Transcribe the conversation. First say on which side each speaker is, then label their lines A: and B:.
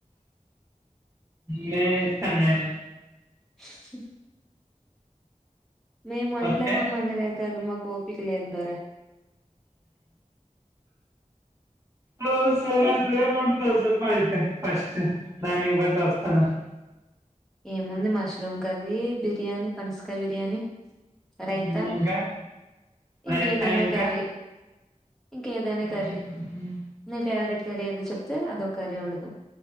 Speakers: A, on the right (about 20°); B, in the centre.
A: నే ఇస్తా నేను
B: స మేము వండలేమ
A: ఓకే
B: అమ్మ అన్ని రకాలు మా ఓపిక లేదు దొర
A: హ సో మూడు తజ అయితే ఫస్ట్ దానికి బట్టి వస్తాను
B: ఏముంది మష్రూమ్ కర్రీ బిర్యానీ పనసకాయ బిర్యానీ రైతా
A: ఉమ్, ఇంకా రైతా
B: ఇంకేదన్నా
A: ఇంకా
B: కర్రీ ఇంకేదైనా
A: ఉమ్,
B: కర్రీ నీ ఫేవరెట్ కర్రీ ఏదో చెప్తే అదొ ఒక కర్రీ వడుదాం